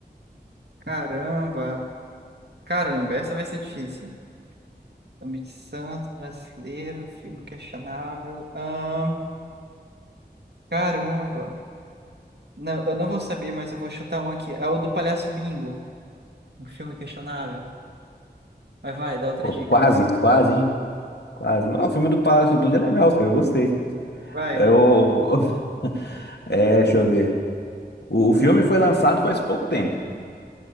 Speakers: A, on the right; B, on the left.
A: Caramba, caramba, essa vai ser difícil. Nome de santo, brasileiro, filme questionável. Ahn, caramba. Não, eu não vou saber, mas eu vou chutar um aqui. É o do Palhaço Bingo, um filme questionável. Mas vai, dá outra
B: Pô,
A: dica.
B: quase, quase, hein? Quase. Mas o filme do Palácio do Bing é legal, cara. Eu gostei.
A: Vai.
B: É o, <laughs> É, deixa eu ver. O, o filme foi lançado faz pouco tempo.